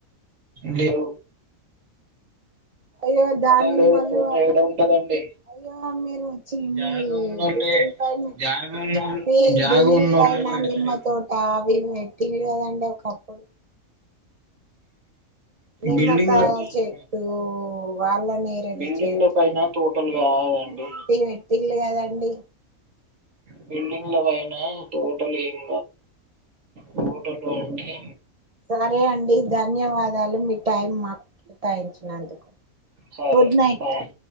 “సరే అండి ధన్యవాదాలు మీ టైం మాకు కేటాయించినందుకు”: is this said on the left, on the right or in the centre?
Right